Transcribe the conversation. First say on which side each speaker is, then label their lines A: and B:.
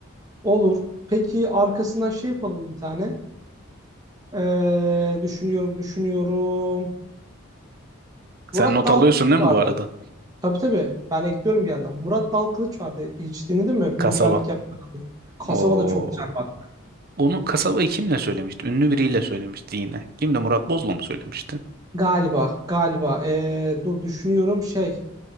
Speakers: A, on the right (about 20°); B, on the right (about 45°).
A: Olur. Peki arkasından şey yapalım bir tane. Ee, düşünüyorum düşünüyorum.
B: Sen
A: Murat
B: not
A: Dalkılıç
B: alıyorsun değil
A: vardı.
B: mi bu arada?
A: Tabii tabii. Ben ekliyorum bir yandan. Murat Dalkılıç vardı. Hiç dinledin mi?
B: Kasaba.
A: Bir güzellik yaptı. Kasaba
B: Oo.
A: da çok güzel bak.
B: Onu Kasabayı kimle söylemişti? Ünlü biriyle söylemişti yine. Kimdi? Murat Bozla mı söylemişti?
A: Galiba, galiba. Ee, dur düşünüyorum şey.